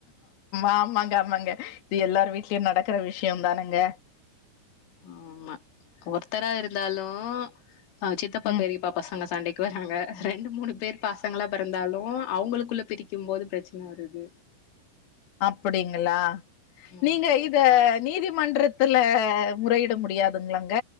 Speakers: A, on the left (about 60°); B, on the left (about 85°).
A: ஆமாங்க ஆமாங்க இது எல்லாரு வீட்லயும் நடக்கற விஷயம் தானுங்க
B: ஆமா ஒருத்தரா இருந்தாலூ ஆ சித்தப்பா
A: ம்
B: பெரியப்பா பசங்க சண்டைக் வராங்க ரெண்டு மூணு பேர் பாசங்களாபெறந்தாலூ அவங்களுக்குள்ள பிரிக்கும் போது பிரச்சன வருது
A: அப்படிங்களா
B: ஆமா
A: நீங்க இத நீதிமன்றத் துல முறையிட முடியாதுங்களாங்க